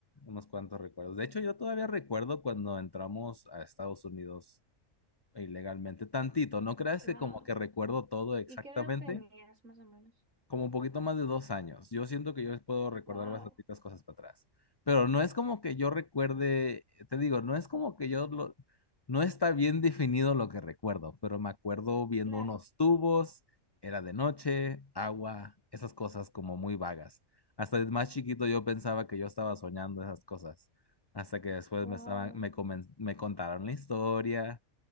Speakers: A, on the left (about 20°); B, on the right (about 80°).
A: unos cuantos recuerdos. De hecho, yo todavía recuerdo cuando entramos a Estados Unidos ilegalmente, tantito. No creas
B: Wow.
A: que como que recuerdo todo exactamente,
B: ¿Y qué edad tenías más o menos?
A: como un poquito más de dos años. Yo siento que yo les puedo recordar
B: Wow,
A: bastantitas cosas para atrás. Pero no es como que yo recuerde, te digo, no es como que yo lo, no está bien definido lo que recuerdo, pero me acuerdo viendo
B: claro,
A: unos tubos, era de noche, agua, esas cosas como muy vagas. Hasta de más chiquito yo pensaba que yo estaba soñando esas cosas, hasta que después
B: wow.
A: me estaban, me, comen- me contaron la historia